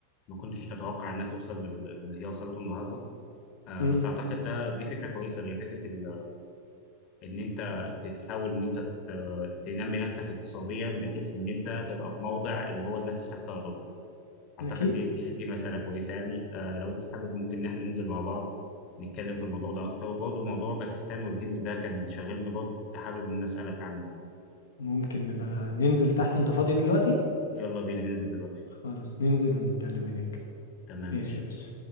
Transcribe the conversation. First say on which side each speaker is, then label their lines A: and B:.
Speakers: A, on the left; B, on the left.
A: ما كنتش تتوقع إنها توصل لل- اللي هي وصلته النهاردة آه،
B: امم
A: بس أعتقد ده دي فكرة كويسة اللي هي فكرة ال- إن أنت تحاول إن أنت ت- تنمي نفسك اقتصاديا بحيث إن أنت تبقى في موضع اللي هو الناس تخاف تقرب لك اعتقد
B: اكيد
A: دي دي مساله كويسه يعني آه لو انت حابب ممكن ان احنا ننزل مع بعض نتكلم في الموضوع ده اكتر وبرضه موضوع باكستان والهند ده كان شاغلني برضه كنت حابب ان أنا اسالك عنه
B: ممكن نبقى ننزل تحت انت فاضي دلوقتي
A: يلا بينا ننزل دلوقتي
B: خلاص ننزل ونتكلم هناك
A: تمام
B: ماشي
A: ماشي
B: يا باشا